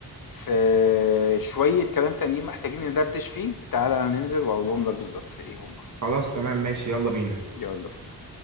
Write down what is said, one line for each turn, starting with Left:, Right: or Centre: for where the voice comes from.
Left: في شوية كلام تانيين محتاجين ندردش فيه، تعالَ ننزل وأقولهم لك بالضبط إيه هُم،
Right: خلاص تمام ماشي يلا بينا
Left: يالّا بينا.